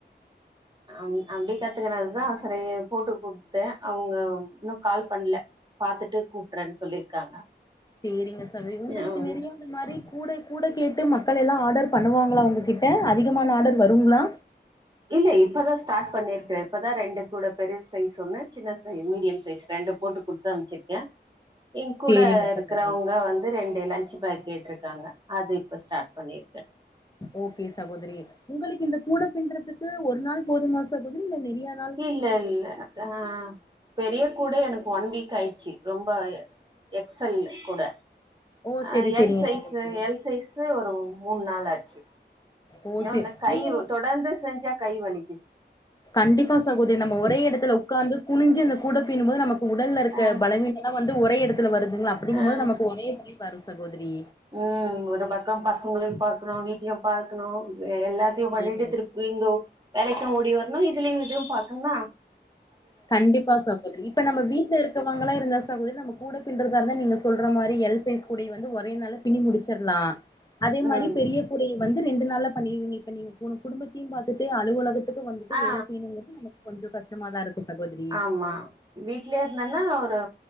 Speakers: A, on the right; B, on the left.
A: அம் அப்டி கத்துக்குனதுதா செரி போட்டு குத்த அவுங்க இன்னு கால் பண்ல பாத்துட்டு கூப்ட்ரன் சொல்லிருக்காங்க
B: சேரிங்க சகோத்ரி உங்குளுக்கு
A: ம்
B: நெறிய அந்த மாரி கூடை கூட கேட்டு மக்கள் எல்லா ஆடர் பண்ணுவாங்களா உங்ககிட்ட அதிகமான ஆடர் வருங்ளா
A: இல்ல இப்பதா ஸ்டாட் பண்ணிர்க்குற இப்பதா ரெண்டு கூட பெரிசைஸ் ஒண்ணு சின்ன சைஸ் மீடியம் சைஸ் ரெண்டு போட்டு குட்த் தம்சிர்க்க ஏ கூட
B: சேரிங்க
A: இருக்குறவுங்க
B: சகோதரி
A: வந் து ரெண்டு லஞ்ச்சு பாக் கேட்ருக்காங்க அது இப்ப ஸ்டார்ட் பண்ணிருக்க
B: ஓக்கே சகோதிரி உங்களுக்கு இந்த கூட பின்றதுக்கு ஒரு நாள் போதுமா சகோதிரி இல்ல நெறியா
A: இல்ல இல்ல அக்கா பெரிய கூட எனக்கு வன் வீக் ஆயிச்சி ரொம்ப எக்ஸ் எல் உ கூட
B: ஓ செரி
A: அ
B: செரிங்க
A: எல் சைஸு
B: சகோதரி
A: எல் சைஸு ஒரு மூன் நாள் ஆச்சு
B: ஓ
A: ன்ன
B: செரி
A: ஒன்னு கை
B: நீங்க வ
A: தொடர்ந்து செஞ்சா கை வலிக்கிது
B: கண்டிப்பா சகோதிரி நம்ப ஒரே எடத்துல உக்காந்து குனிஞ்சு அந்த கூட பீன்போது நமக்கு உடலருக்க
A: ஆ
B: பலவீன்ல்லா வந்து ஒரை எட துலல வருதுங்களா அப்டிங்கும்போது
A: ஆ
B: நமக்கு ஒரே எடத்துல வரு சகோதிரி
A: ம் ஒரு பக்கோ பசங்ளயு பாக்ணு வீட்லயு பாக்ணு எ எல்லாத்தியு
B: சேரிங்க
A: பண்ணிட்டு திருப் இங்கோ வேலைக்கு ஓடி வரணு இதுலியு இதுவு பாக்கணுன்னா
B: கண்டிப்பா சகோதிரி இப்ப நம்ம வீட்ல இருக் க்க வாங்கலா இருந்தா சகோதிரி நம்ப கூட பின்டுறதாருந்தா நீங்க சொல்ற மாரி எல் சைஸ் கூடியவந்து ஒரே நாள்ல பின்னி முடிச்சர்லா அதே மாரி
A: ம்
B: பெரிய கூடைய வந்து ரெண்டு நாள்ல பண்ணிருங்க இப்ப நீங்க போன குடும்ப த்தியு பாத்துட்டு அலுவலகத்துக்கு வந்துட்டு
A: ஆ
B: வேல செய்யணுங்கறது நமக்கு கொஞ்சொ கஷ்டமாக தா இருக்கு சகோதரி
A: ஆமா வீட்லே இருந்தன்னா ஒரு